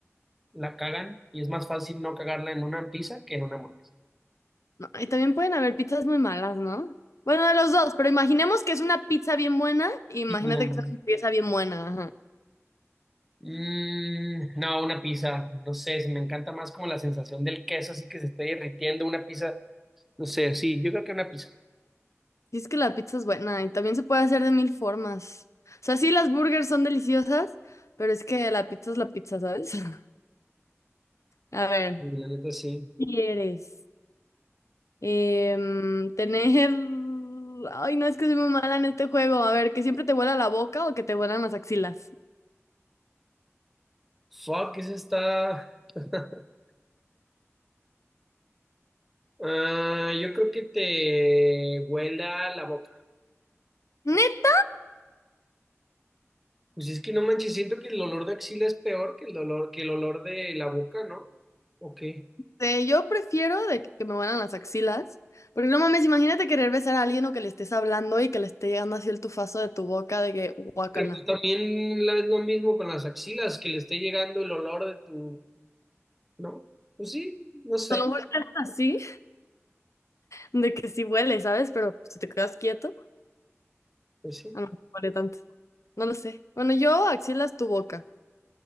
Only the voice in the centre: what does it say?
la cagan y es más fácil no cagarla en una pizza que en una hamburguesa.
Mm,
mm, no, una pizza, no sé, se me encanta más como la sensación del queso así que se está derritiendo una pizza, no sé, sí, yo creo que una pizza.
Sí, La neta sí.
Fuck, esa está. <laughs> Ah, yo creo que te huela la boca.
Pues es que no manches, siento que el olor de axila es peor que el dolor, que el olor de la boca, ¿no? ¿O qué?
Pero pues también la- es lo mismo con las axilas, que le esté llegando el olor de tu, ¿no? Pues sí, no sé,
pues sí.